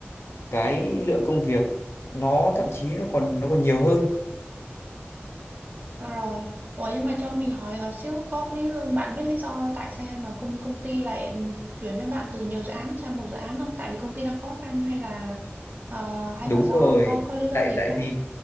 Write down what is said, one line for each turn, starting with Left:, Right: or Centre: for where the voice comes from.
Left: cái lượng công việc nó thậm chí nó còn nó còn nhiều hơn
Right: Rồi, rồi. Ủa nhưng mà cho mình hỏi hỏi xíu có lý bạn biết lý do tại sao mà công công ty lại chuyển cho bạn từ nhiều dự án sang một dự án không? Tại vì công ty đang khó khăn hay là ờ, hay
Left: Đúng
Right: là do
Left: rồi,
Right: có có lý do
Left: tại
Right: gì
Left: tại
Right: khác?
Left: vì